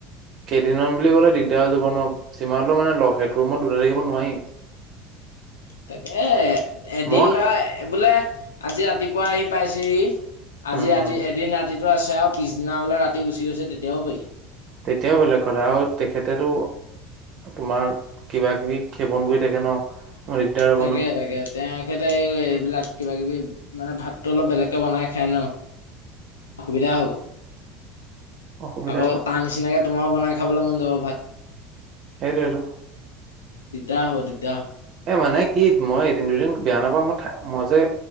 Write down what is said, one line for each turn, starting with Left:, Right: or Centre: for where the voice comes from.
Right: কেইদিনমান বুলি কলে দিগদাৰ হৈ যাব ন যিমানো মানে ল সেইটো ৰুমত দুটা থাকিব নোৱাৰি।
Left: তাকে এদিন
Right: মই
Left: বা বোলে আজি ৰাতিপুৱা আহি পাইছেহি। আজি
Right: উম
Left: ৰাতি এদিন ৰাতিটো আছে আৰু পিছদিনা বোলে ৰাতি গুচি গৈছে তেতিয়াও পাৰি।
Right: তেতিয়াও বেলেগ কথা আৰু তেখেতেতো, তোমাৰ কিবা কিবি খেৱন কৰি থাকে ন। মোৰ দিগদাৰ হ'ব
Left: তাকে
Right: ন
Left: তাগে। তে সেতে এইবিলাক কিবা কিবি মানে ভাতটো অলপ বেলেগকে বনাই খায় ন। অসুবিধা হ'ব।
Right: অসুবিধা
Left: আকৌ তাৰ নিচিনাকে তোমাৰো বনাই খাবলৈ মন যাব ভাত।
Right: হাইটিয়েটো।
Left: দিগদাৰ হ'ব দিগদাৰ হ'ব
Right: এ মানে কি মই এদিন দুদিন বেয়া নাপাওঁ মই মই যে